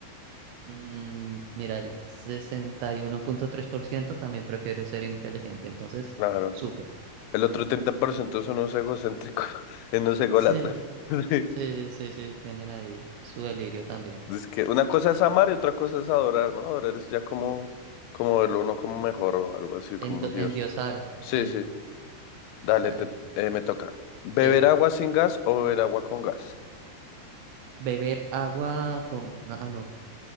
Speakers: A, on the right; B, on the left.
A: Mm, mira, el sesenta y uno punto tres por ciento también prefiere ser inteligente, entonces,
B: Claro.
A: súper.
B: El otro 30% son unos egocéntricos, <laughs> unos ególatras.
A: Sí,
B: <laughs> Sí.
A: sí, sí, sí, tienen ahí su delirio también.
B: Es que una cosa es amar y otra cosa es adorar, ¿no? Adorar es ya como, como verlo uno como mejor o algo así, como
A: Endo-
B: un dios.
A: endiosar,
B: Sí,
A: sí,
B: sí. Dale,
A: dale,
B: te- eh, me toca. ¿Beber
A: sí.
B: agua sin gas o beber agua con gas?
A: Beber agua con, ah, no,